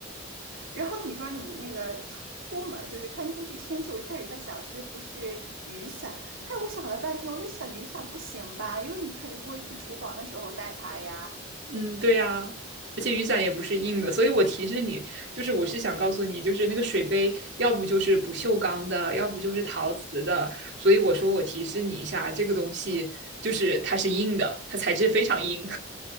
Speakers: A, on the right; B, on the right.
A: 然后你说你那个出出门，就是看根据天气，我一开始在想是不是雨伞，但我想了半天，我在想雨伞不行吧，因为你肯定不会去厨房的时候带它呀。
B: 嗯，对呀、而且雨伞也不是硬的，所以我提示你，就是我是想告诉你，就是那个水杯要不就是不锈钢的，要不就是陶瓷的，所以我说我提示你一下，这个东西就是它是硬的，它材质非常硬。